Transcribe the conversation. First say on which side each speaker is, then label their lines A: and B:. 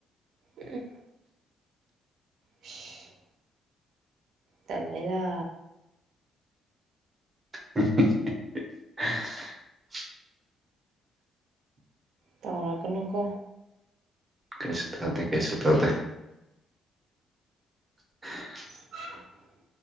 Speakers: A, on the right (about 70°); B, on the right (about 30°).
A: ꯎꯝ ꯏꯁ ꯇꯜꯂꯦꯗꯥ
B: <unintelligible>
A: ꯇꯧꯔꯛꯀꯅꯨꯀꯣ
B: ꯀꯔꯤꯁꯨ ꯇꯧꯗꯦ ꯀꯩꯁꯨ ꯇꯧꯗꯦ <inaudible>
A: <unintelligible>